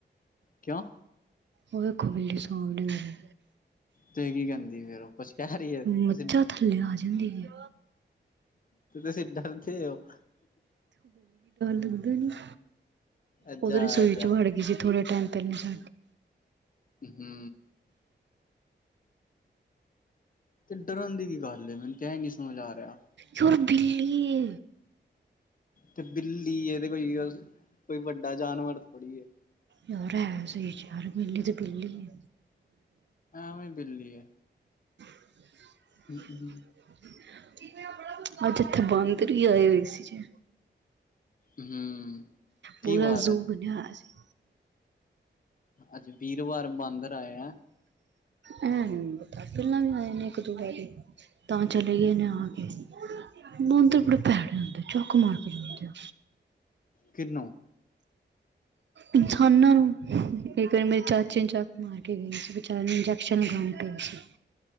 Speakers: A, on the left; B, on the right.
A: ਕਿਉਂ
B: ਉਹ ਦੇਖੋ ਬਿੱਲੀ ਸੌਣ ਡੀ ਮੇਰੀ
A: ਤੇ ਕੀ ਕਹਿੰਦੀ ਫੇਰ ਉਹ ਕੁੱਛ ਕਹਿ ਰਹੀ ਹੈ
B: ਮੱਝਾਂ
A: ਤੁਸੀਂ
B: ਥੱਲੇ ਆ ਜਾਂਦੀ ਹੈ
A: <inaudible> ਸੀ ਡਰ ਤੇ ਹੋ।
B: ਦ
A: ਅੱਛਾ
B: ਉਹੋਂ ਰਸੋਈ
A: ਅੱਛਾ
B: 'ਚ ਵੜ ਗਈ ਸੀ ਥੋੜੇ ਟਾਈਮ ਪਹਿਲੇ ਸਾ
A: ਹੂੰ ਤੇ ਡਰਨ ਦੀ ਕੀ ਗੱਲ ਮੈਨੂੰ ਤੇ ਇਹ ਨੀ ਸਮਝ ਆ ਰਿਹਾ।
B: ਛੋਰ ਬਿੱਲੀ ਏ।
A: ਤੇ ਬਿੱਲੀ ਤੇ ਕੋਈ- ਕੋਈ ਵੱਡਾ ਜਾਨਵਰ ਥੋੜ੍ਹੀ
B: ਯਾਰ ਹੈ ਸਹੀ ਯਾਰ ਬਿੱਲੀ ਤੇ ਬਿੱਲੀ ਏ।
A: ਐਵੇ ਬਿਲੀ ਏ।
B: <inaudible>
A: <inaudible>
B: <inaudible> ਅੱਜ ਇੱਥੇ ਬਾਂਦਰ ਹੀ ਆਏ ਹੋਏ ਸੀ ਜੇ
A: ਹੂੰ ਕੀ
B: ਪੂਰਾ
A: ਵਾਰ
B: ਜ਼ੂ
A: ਅੱਜ
B: ਬਣਿਆ ਸੀ।
A: ਅੱਜ ਵੀਰਵਾਰ ਬਾਂਦਰ ਆਏ ਆ।
B: ਇਹ ਨੀ ਪਤਾ ਪਹਿਲਾਂ ਵੀ ਆਏ ਨੇ ਇੱਕ ਦੁਪਹਿਰੀ ਤਾਂ ਚਲੇ ਗਏ ਨੇ ਆ ਕੇ ਬੰਦਰ ਬੜੇ ਭੈੜੇ ਹੁੰਦੇ ਚੱਕ ਮਾਰ ਕੇ ਜਾਂਦੇ। ਆ।
A: ਕਿੰਨੋਂ
B: ਇਨਸਾਨਾਂ ਨੂੰ ਇਹ ਕਰ ਮੇਰੇ ਚਾਚੇ ਨੂੰ ਚੱਕ ਮਾਰ ਕੇ ਗਏ ਸੀ ਬਚਾਰੇ ਨੂੰ ਇੰਜੈਕਸ਼ਨ ਲਗਾਣੇ ਪਏ ਸੀ। <inaudible>